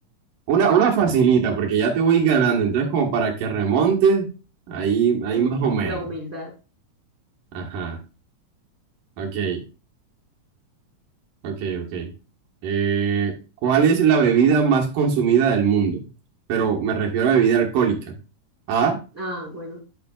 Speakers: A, on the right (about 80°); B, in the centre.
A: Una, una facilita, porque ya te voy ganando, entonces como para que remontes, ahí, ahí
B: mm,
A: más o menos.
B: la humildad.
A: Ajá, ok, ok, ok. Eh, ¿cuál es la bebida más consumida del mundo? Pero me refiero a bebida alcohólica. A,
B: Ah, bueno,